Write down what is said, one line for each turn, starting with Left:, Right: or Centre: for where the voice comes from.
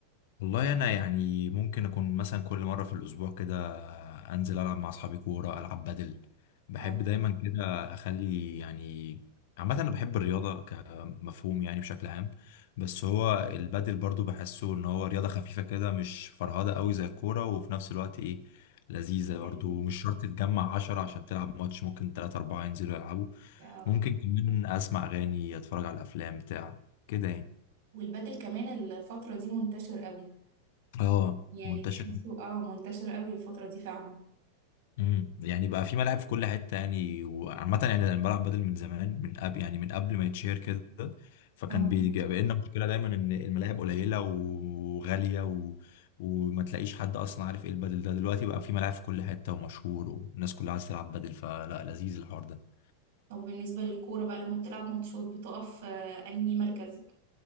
Left: والله انا يعني ممكن اكون مثلا كل مره في الاسبوع كده انزل العب مع اصحابي كوره العب بدل بحب
Right: اه
Left: دايما كده اخلي يعني عامه انا بحب الرياضه كمفهوم يعني بشكل عام بس هو البدل برضو بحسه ان هو رياضه خفيفه كده مش فرهده قوي زي الكوره وفي نفس الوقت ايه لذيذه برضو
Right: حقيقي
Left: مش شرط تتجمع عشرة عشان تلعب ماتش ممكن تلاتة أربعة ينزلوا يلعبوا
Right: آه.
Left: ممكن كمان اسمع اغاني اتفرج على افلام بتاع كده يعني
Right: والبدل كمان الفترة دي منتشر قوي
Left: اه
Right: يعني
Left: منتشر
Right: تحسه اه منتشر قوي الفترة دي فعلا
Left: امم يعني بقى في ملاعب في كل حته يعني وعامه يعني انا بلعب بدل من زمان من قبل يعني من قبل ما يتشهر كده فكان
Right: اه
Left: بيجي بقى لنا مشكله دايما ان الملاعب قليله وغاليه و... وما تلاقيش حد اصلا عارف ايه البدل ده دلوقتي بقى في ملاعب في كل حته ومشهور والناس كلها عايزه تلعب بدل فلا لذيذ الحوار ده
Right: طب بالنسبة للكورة بقى لما بتلعب ماتشات بتقف آه، انهي مركز